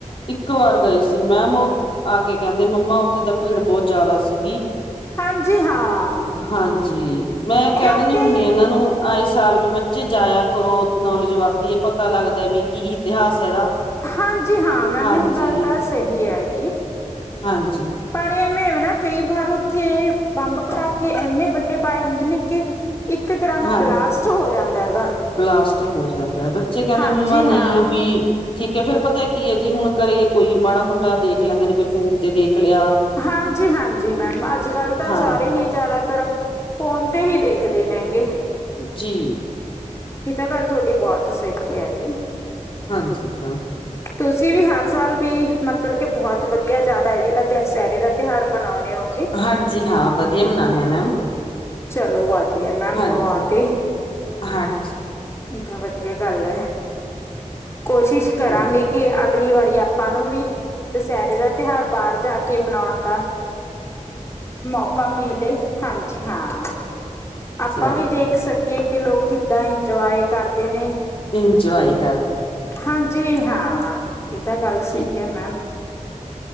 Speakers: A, on the left (about 45°); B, on the left (about 20°).
A: ਇੱਕ ਵਾਰ ਗਏ ਸੀ ਮੈਮ, ਓ ਆ ਕੇ ਕਹਿੰਦੇ ਮੰਮਾ ਉੱਥੇ ਤਾਂ ਭੀੜ ਬੋਤ ਜ਼ਿਆਦਾ ਸੀਗੀ।
B: ਹਾਂਜੀ ਹਾਂ
A: ਹਾਂਜੀ ਮੈਂ ਕਹਿ
B: ਕਿਉਂਕਿ
A: ਦਿੰਣੀ ਹੁੰਦੀ ਇਹਨਾਂ ਨੂੰ। ਆ ਇਸ ਸਾਲ ਵੀ ਬੱਚੇ ਜਾਇਆ ਕਰੋ ਨੌਲੇਜ ਵੱਧਦੀ ਹੈ। ਪਤਾ ਲੱਗਦਾ ਵੀ ਕੀ ਇਤਿਹਾਸ ਏ ਇਹਦਾ।
B: ਹਾਂਜੀ ਹਾਂ ਮੈਮ,
A: ਹਾਂਜੀ
B: ਇਹ ਗੱਲ ਤਾਂ ਸਹੀ ਹੈਗੀ।
A: ਹਾਂਜੀ।
B: ਪਰ ਐਵੇਂ ਏਨਾ ਕਈ ਵਾਰ ਉੱਥੇ ਬੰਬ, ਪਟਾਕੇ ਇੰਨੇ ਬੱਟੇ ਪਾਏ ਹੁੰਦੇ ਨੇ ਕਿ ਇੱਕ ਤਰ੍ਹਾਂ ਦਾ
A: ਹਾਂ
B: ਬਲਾਸਟ ਹੋ ਜਾਂਦਾ ਹੈਗਾ
A: ਬਲਾਸਟ ਹੋ ਜਾਂਦਾ ਐ ਬੱਚੇ ਕਹਿੰਦੇ
B: ਹਾਂਜੀ
A: ਮੰਮਾ ਨਹੀਂ
B: ਹਾਂ
A: ਵੀ। ਠੀਕ ਐ, ਫੇਰ ਪਤਾ ਕੀ ਐ ਜੀ ਹੁਣ ਘਰੇ ਕੋਈ ਮਾੜਾ-ਮੋਟਾ ਦੇਖ ਲੈਂਦੇ ਨੇ ਕੋਈ ਫੋਨ ਤੇ ਦੇਖ ਲਿਆ
B: ਹਾਂਜੀ ਹਾਂਜੀ, ਮੈਮ। ਅੱਜ-ਕਲ ਤਾਂ
A: ਹਾਂ
B: ਸਾਰੇ ਹੀ ਜ਼ਿਆਦਾਤਰ ਫੋਨ ਤੇ ਹੀ ਦੇਖਦੇ ਨੇ ਹੈਂਗੇ।
A: ਜੀ!
B: ਈ ਤਾਂ ਗੱਲ ਤੁਹਡੀ ਬੋਤ ਸਈ ਹੈਗੀ।
A: ਹਾਂਜੀ ਹਾਂ।
B: ਤੁਸੀਂ ਵੀ ਹਰ ਸਾਲ ਵੀ, ਮਤਲਬ ਕਿ ਬਹੁਤ ਵਧੀਆ ਜ਼ਿਆਦਾ ਹੈ ਜੇੜਾ ਤਿਆ ਦੁਸਹਿਰੇ ਦਾ ਤਿਉਹਾਰ ਮਨਾਉਂਣੇ ਓਂ।
A: ਹਾਂਜੀ ਹਾਂ, ਵਧੀਆ ਮਨਾਉਂਣ ਆਂ ਮੈਮ,
B: ਚਲੋ ਵਧੀਆ ਮੈਮ
A: ਹਾਂਜੀ।
B: ਬਹੁਤ
A: ਹਾਂਜੀ।
B: ਏ ਤਾਂ ਵਧੀਆ ਗੱਲ ਐ। ਕੋਸ਼ਿਸ਼ ਕਰਾਂਗੇ।
A: ਹੋਰ
B: ਕਿ ਅਗਲੀ ਵਾਰੀ ਆਪਾਂ ਨੂੰ ਵੀ ਦੁਸਹਿਰੇ ਦਾ ਤਿਉਹਾਰ ਬਾਹਰ ਜਾ ਕੇ ਮਨਾਉਣ ਦਾ ਮੌਕਾ ਮਿਲੇ, ਹਾਂਜੀ ਹਾਂ। ਆਪਾਂ
A: ਚਲੋ
B: ਵੀ ਦੇਖ ਸਕੀਏ, ਕਿ ਲੋਕ ਕਿੱਦਾਂ ਇੰਜੋਏ ਕਰਦੇ ਨੇ।
A: ਇੰਜੋਏ ਕਰ
B: ਹਾਂਜੀ ਹਾਂ, ਏ ਤਾਂ ਗੱਲ ਸਈ
A: ਠੀਕ
B: ਐ ਮੈਮ।